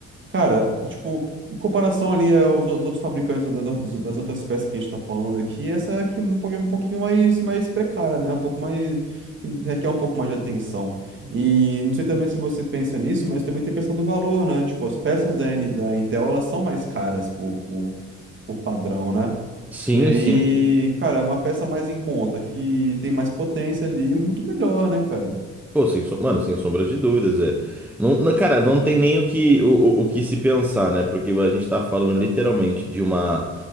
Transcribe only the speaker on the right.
Cara, tipo, em comparação ali aos ou- os outros fabricantes da- das das outras peças que a gente tá falando aqui, essa é aqui um pouquinho, um pouquinho mais, mais precária, né? Um pouco mais, que requer um pouco mais de atenção. E não sei também se você pensa nisso, mas também tem a questão do valor, né? Tipo, as peças da, N- da Intel, elas são mais caras por, por, por padrão, né?
E aí,
cara, é uma peça mais em conta, que tem mais potência ali, é muito melhor, né, cara?